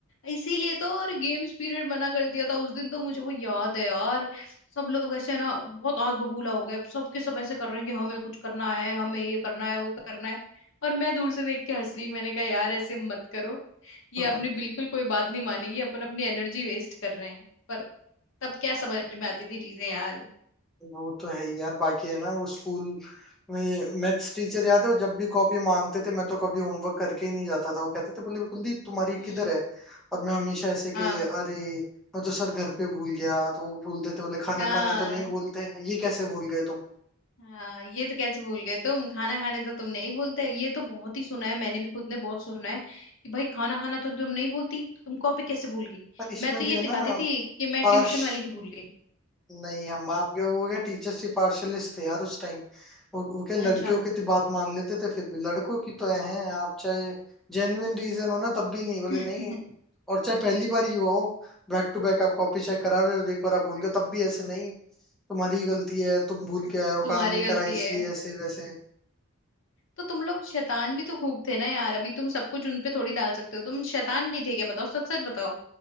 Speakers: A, on the left; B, in the centre.
A: इसीलिए तो और गेम्स पीरियड मना कर दिया था उस दिन तो मुझे वो याद है यार सब लोग ऐसे ना बहुत आग बबूला हो गए सबके सब ऐसे कर रहे हैं कि हमें कुछ करना है हमें ये करना है वो करना है और मैं दूर से देख के हंस रही मैंने कहा यार ऐसे मत करो ये
B: ही
A: अपनी बिल्कुल कोई बात नहीं मानेगी अपन अपनी एनर्जी वेस्ट कर रहे हैं पर तब क्या समझ में आती थी चीजें यार
B: वो तो है ही यार बाकी है ना वो स्कूल में मैथ्स टीचर याद है वो जब भी कॉपी मांगते थे मैं तो कभी होमवर्क करके ही नहीं जाता था वो कहते थे बोले कुलदीप तुम्हारी
A: हम्म
B: किधर है और मैं हमेशा ऐसे
A: हाँ
B: कि अरे मैं तो सर घर पे भूल गया तो वो बोलते थे बोले खाना
A: हाँ
B: खाना तो नहीं बोलते ये कैसे भूल गए तुम
A: हाँ ये तो कैसे भूल गए तुम खाना खाने तो तुम नहीं बोलते ये तो बहुत ही सुना है मैंने भी खुद ने बहुत सुना है कि भाई खाना खाना तो तुम नहीं बोलती तुम कॉपी कैसे भूल गई
B: पर इसमें
A: मैं तो ये
B: भी है
A: टिकाती
B: ना
A: थी कि मैं
B: पार्श
A: ट्यूशन वाले की भूल गई
B: नहीं हम आपके वो क्या टीचर्स ही पार्शलिस्ट थे यार उस टाइम वो, वो क्या लड़कियों
A: अच्छा
B: की तो बात मान लेते थे फिर भी लड़कों की तो हैं आप चाहे जेन्युइन रीजन हो ना तब भी नहीं बोले
A: <laughs>
B: नहीं
A: हम्म
B: और चाहे पहली बार ही हुआ हो बैक टू बैक आप कॉपी चेक करा रहे हो और एक बार आप भूल गए तब भी ऐसे नहीं तुम्हारी ही गलती है तुम भूल के आए हो
A: तुम्हारी
B: काम नहीं
A: गलती
B: करा इसलिए
A: है हम्म।
B: ऐसे वैसे
A: तो तुम लोग शैतान भी तो खूब थे ना यार अभी तुम सब कुछ उनपे थोड़ी डाल सकते हो तुम शैतान नहीं थे क्या बताओ सच सच बताओ